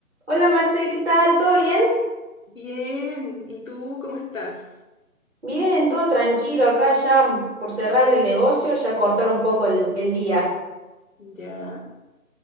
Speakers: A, on the right (about 45°); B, on the left (about 60°).
A: Hola Marce, ¿qué tal? ¿Todo bien?
B: Bien, ¿y tú cómo estás?
A: Bien, todo tranquilo. Acá ya por cerrar el negocio, ya cortar un poco el, el día.
B: Ya.